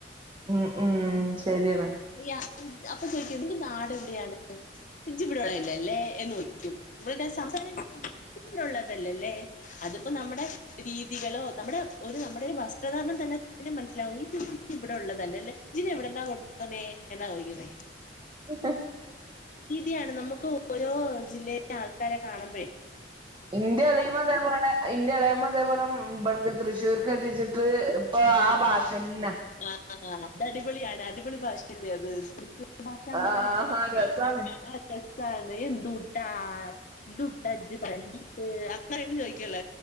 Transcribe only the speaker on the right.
ഉം ഉം ശരിയണ്
ഉ
ഇന്റെ എളമ ഇതേപോലെ ഇന്റെ എളമ ഇതേപോലെ തൃശ്ശൂർക്ക് കെട്ടിച്ചിട്ട് ഇപ്പൊ ആഹ് ഭാഷന്നെ
ആ
ആ രസാണ്